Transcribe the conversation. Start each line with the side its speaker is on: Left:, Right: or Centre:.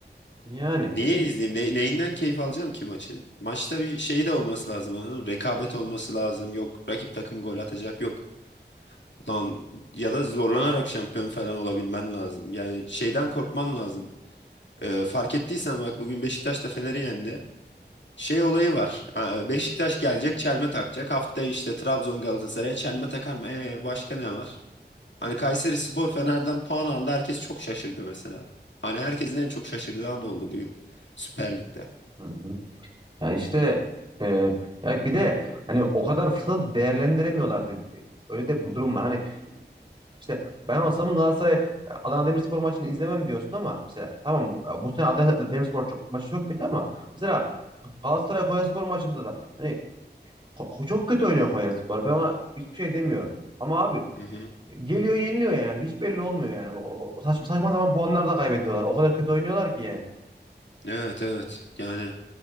Right: Yani kesinlikle.
Left: Niye izleyeyim? Ne- neyinden keyif alacağım ki maçın? Maçta bir şey de olması lazım anladın mı? Rekabet olması lazım. Yok rakip takım gol atacak yok. Lan ya da zorlanarak şampiyon falan olabilmen lazım. Yani şeyden korkman lazım. Ee, fark ettiysen bak bugün Beşiktaş da Fener'i yendi. Şey olayı var. Ha, Beşiktaş gelecek çelme takacak. Haftaya işte Trabzon Galatasaray'a çelme takar mı? Ee, başka ne var? Hani Kayseri Spor Fener'den puan aldı. Herkes çok şaşırdı mesela. Hani herkesin en çok şaşırdığı an oldu bu yıl Süper Lig'de.
Right: Hı hı. Ya işte e, ya bir de hani o kadar fırsatı değerlendiremiyorlardı. Öyle de bu durum var. Hani işte ben olsam Galatasaray e, Adana Demirspor maçını izlemem diyorsun ama mesela tamam e, bu sene Adana Demirspor çok, maçı çok kötü ama mesela Galatasaray Konyaspor maçında da hani ko- çok kötü oynuyor Konyaspor. Ben ona hiçbir şey demiyorum. Ama abi
Left: Hı hı.
Right: geliyor yeniliyor yani. Hiç belli olmuyor yani. O- o- Saçma saçma sapan puanlar da kaybediyorlar. O kadar kötü oynuyorlar ki yani.
Left: Evet evet yani